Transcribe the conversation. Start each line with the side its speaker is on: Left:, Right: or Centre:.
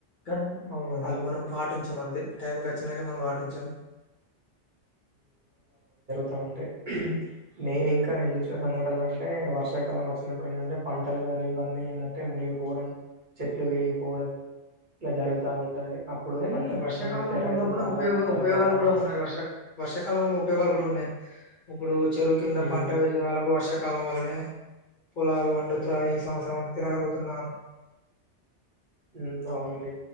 Left: కానీ అవునవును
Right: అల్
Left: అది మనం పాటించాం అంతే టైంకి వచ్చినంకే మనం పాటించాం
Right: తా వుంటాయ్ నేను ఇంకా నేను చూసిన సంఘటన అంటే వర్షాకాలం వచ్చినప్పుడు ఏంటంటే పంటలు కానీ ఇవన్నీ ఏందంటే మునిగిపోవడం చెట్లు విరిగిపోవడం ఇగ జరుగుతా ఉంటది అప్పుడు
Left: కానీ
Right: పంటలు
Left: వర్షాకాలం
Right: నష్టమైతే
Left: వల్ల
Right: రైతులు
Left: కూడా
Right: చాలా
Left: ఉపయోగ
Right: ఇబ్బంది
Left: ఉపయోగాలు
Right: పడతా
Left: కూడా
Right: ఉంటారు.
Left: ఉన్నాయి వర్ష వర్షాకాలం వల్ల ఉపయోగాలు కూడా ఉన్నాయి ఇప్పుడు చెరువు కింద
Right: హ్మ్.
Left: పంట వేసే వాళ్ళకు వర్ష కాలం వల్లనే పొలాలు వండుతాయి ఈ సంవత్సరంతా తినగలుగుతున్నారు
Right: ఊ అవునండి